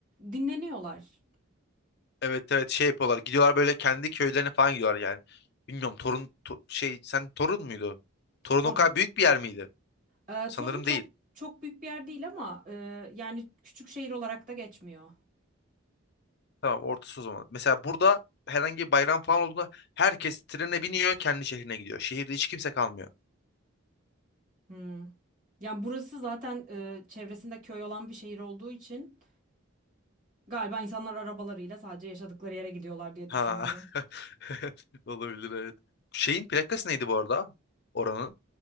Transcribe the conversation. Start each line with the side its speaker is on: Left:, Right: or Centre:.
Right: dinleniyorlar.
Left: Evet evet şey yapıyorlar. Gidiyorlar böyle kendi köylerine falan gidiyorlar yani. Bilmiyorum Torun to- şey sen Torun muydu? Torun
Right: Torun.
Left: o kadar büyük bir yer miydi?
Right: E,
Left: Sanırım
Right: Torun çok
Left: değil.
Right: çok büyük bir yer değil ama e, yani küçük şehir olarak da geçmiyor.
Left: Tamam ortası o zaman. Mesela burada herhangi bir bayram falan olduğunda herkes trene biniyor kendi şehrine gidiyor. Şehirde hiç kimse kalmıyor.
Right: Hmm. Yani burası zaten e, çevresinde köy olan bir şehir olduğu için galiba insanlar arabalarıyla sadece yaşadıkları yere gidiyorlar diye
Left: Ha.
Right: düşünüyorum.
Left: <laughs> Olabilir evet. Şeyin plakası neydi bu arada? Oranın.